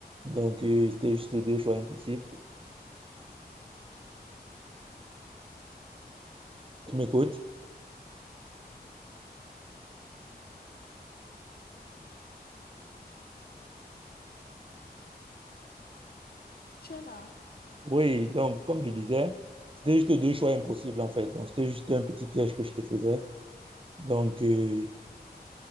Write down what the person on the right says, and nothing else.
Donc, euh, c'était juste deux choix impossibles. Tu m'écoutes?
Oui, donc, comme je disais, c'était juste deux choix impossibles, en fait. Donc, c'était juste un petit piège que je te faisais. Donc, euh,